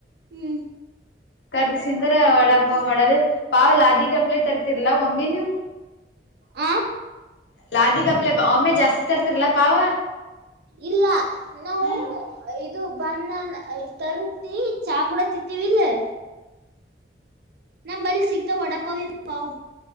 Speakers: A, on the right; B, on the left.
A: ಹ್ಮ್
B: ಕರ್ದು ಸಿಂದರ ವಡಾಪಾವು ಮಾಡೋದು ಪಾವ ಲಾದಿಗಪ್ಲೆ ತರ್ತಿರ್ಲಾ ಒಮ್ಮೆ ನೀವು
A: ಆ
B: ಲಾದಿ ಕಪ್ಲೆ ಒಮ್ಮೆ ಜಾಸ್ತಿ ತರ್ತಿರ್ ಅಲ್ಲಾ ಪಾವ
A: ಇಲ್ಲ ನಾವು
B: ಹ್ಮ್
A: ಇದು ಬಣ್ಣ್ ತಾರಸಿ ಚಹಗುಡ ತಿತ್ತೀವಿ ಇಲ್ಲೆ ನಮ್ ಬಳಿ ಸಿಗ್ತಾವ ವಡಪ್ಪಾವಿನಾ ಬಾವು